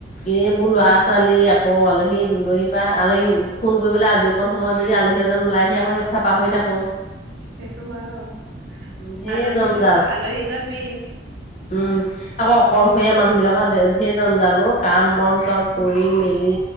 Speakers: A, on the left; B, on the right.
A: এইবোৰ ল'ৰা- ছোৱালী আকৌ আলহী -দুলহী পা আলহী ফোন কৰিবলৈ আজৰিকন সময় যদি যদি আলহী এজন ওলাই আহি আকৌ সেইটো কথা পাহৰি থাকো।
B: সেইটো হয় বাৰু
A: ঢেৰ
B: আলহীটো
A: জঞ্জাল।
B: -আলহীজন মেইন
A: উম আকৌ অকলশৰীয়া মানুহ বিলাকৰ ধেই জম জাল ও কাম বন চব কৰি মেলি